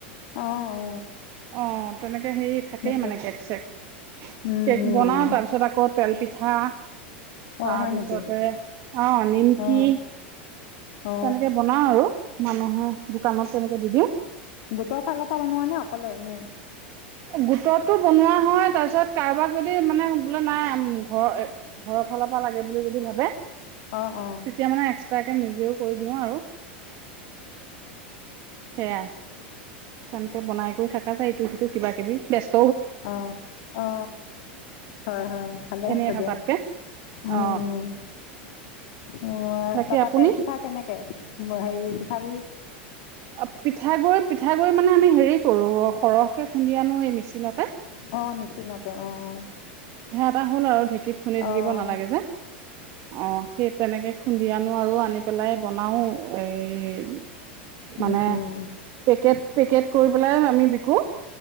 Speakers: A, on the left; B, on the right.
A: অ অ
B: অ তেনেকে হেৰি থাকেই
A: সেইটো
B: মানে কেক চেক
A: উম
B: কেক
A: উম
B: বনাও
A: উম
B: তাৰপিছত আকৌ তেল পি। হা।
A: অ
B: তাৰপিছতে
A: হয় নেকি
B: আহ নিমকি
A: অ অ অ
B: তেনেকে বনাও আৰু। মানুহৰ দোকানত তেনেকে দি দিওঁ।
A: গোটৰ ফালৰ পৰা সোমোৱা নে অকলে এনেই!
B: গোটটো বনোৱা হয় তাৰপিছত কাৰোবাক যদি মানে বোলে নাই ঘৰৰ ঘৰৰ ফালৰ পৰা লাগে বুলি যদি ভাবে!
A: অ অ
B: তেতিয়া মানে এক্সট্ৰাকে নিজেও কৰি দিওঁ আৰু! সেয়াই তেনেকে বনাই কৰি থকা যায় এইটো সিটো কিবা কিবি ব্যস্ত
A: অ অ হয় হয় ভালে আ
B: এনে
A: হৈছে
B: থকাতকে
A: দিয়া উম
B: অ
A: উ
B: বাকী
A: তাৰাপা
B: আপুনি
A: তেল পিঠা কেনেকে সেই এতি খাপি।
B: অ পিঠাগুৰি পিঠাাগুৰি মানে আমি হেৰি কৰো অ সৰহ খুন্দি আনো ঐ মেচিনতে।
A: অ মেচিনতে অ অ।
B: তাৰ হ'ল আৰু! গীত শুনি থাকিব
A: অ'
B: নালাগে যে অ সেই তেনেকে খুন্দি আনো আৰু আনি পেলাই বনাওঁ। এই
A: উম
B: মানে
A: উম!
B: পেকেট পেকেট কৰি পেলাই আমি বিকো।